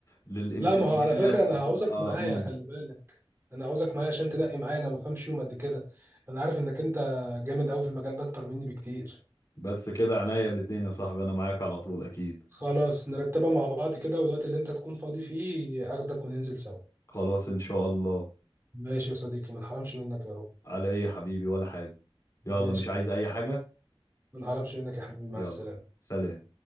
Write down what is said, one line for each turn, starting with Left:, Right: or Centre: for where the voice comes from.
Left: للإمكانيات
Right: لا ما هو على فكرة
Left: وتبقى
Right: أنا هعوزك معايا
Left: مم.
Right: خلي بالك أنا عاوزك معايا عشان تنقي معايا أنا ما بفهمش يوم قد كده أنا عارف إنك أنت جامد أوي في المجال ده أكتر مني بكتير
Left: بس كده عناية الاتنين يا صاحبي أنا معاك على طول أكيد
Right: خلاص نرتبها مع بعض كده والوقت اللي أنت تكون فاضي فيه أخدك وننزل سوا
Left: خلاص إن شاء الله
Right: ماشي يا صديقي ما نحرمش منك يا رب
Left: على ايه يا حبيبي ولا حاجة يلا
Right: ماشي
Left: مش عايز
Right: يا حبيبي
Left: اي حاجة
Right: ما نحرمش منك يا حبيبي مع
Left: يلا
Right: السلامة
Left: سلام